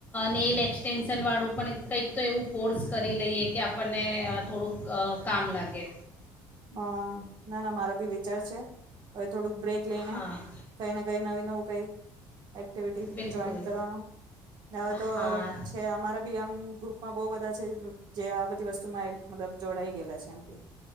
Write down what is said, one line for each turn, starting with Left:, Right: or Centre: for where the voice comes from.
Left: નેઇલ એક્સટેન્શનવાળું પણ કંઈક તો એવું કોર્સ કરી લઈએ કે આપણને થોડુંક કામ લાગે.
Right: હા ના ના મારો ભી વિચાર છે હવે થોડુંક બ્રેક લઈને
Left: હા
Right: કઈને કઈ નવી નવું કઈ એક્ટિવિટી
Left: બિલકુલ
Right: જોઈન્ટ કરવાનું હવે તો
Left: હા
Right: છે અમારા બી આમ ગ્રુપમાં બો બધા જે રિત જેઆ વસ્તુમાં એક મતલબ જોડાઈ ગેલા છે એમ ભી